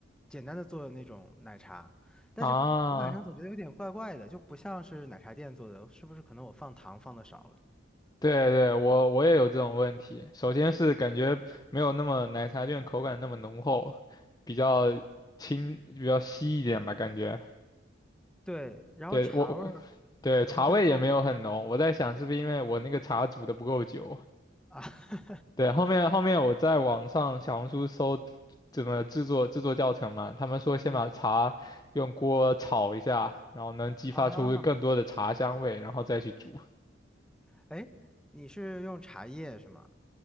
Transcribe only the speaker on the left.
啊，
对对，我我也有这种问题。首先是感觉没有那么奶茶店口感那么浓厚，比较轻，比较稀一点吧，感觉。
对，我对，茶味也没有很浓。我在想是不是因为我那个茶煮的不够久？
对，后面后面我在网上小红书搜怎么制作制作教程嘛，他们说先把茶用锅炒一下，
然后能激发出更多的茶香味，
然后再去煮。